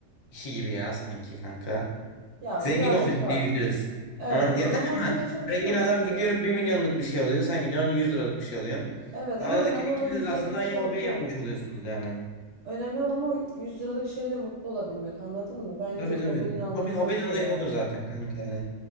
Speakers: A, on the left; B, on the right.
A: işi gibi ya sanki kanka.
B: Ya
A: Zengin
B: birazcık
A: hobi
B: var.
A: diyebiliriz.
B: Evet
A: Ha, ya
B: doğru
A: tabii
B: ama onun
A: ama
B: için de çalışıyoruz
A: zengin adam
B: şimdi.
A: gidiyor bir milyonluk bir şey alıyor. Sen gidiyorsun 100 liralık bir şey alıyorsun.
B: Evet
A: Ya
B: ama
A: aradaki
B: önemli
A: ikiniz
B: olan o 100
A: de aslında
B: liralık bir
A: aynı
B: şeyle
A: hobiyi
B: mutlu
A: yapmış
B: olup.
A: oluyorsunuz yani.
B: Önemli olan ama o 100 liralık şeyle mutlu olabilmek anladın mı? Bence
A: Tabii
B: hobinin
A: tabii.
B: anlamı
A: Hobi, hobinin
B: da budur
A: olayı
B: yani.
A: odur zaten kanka yani.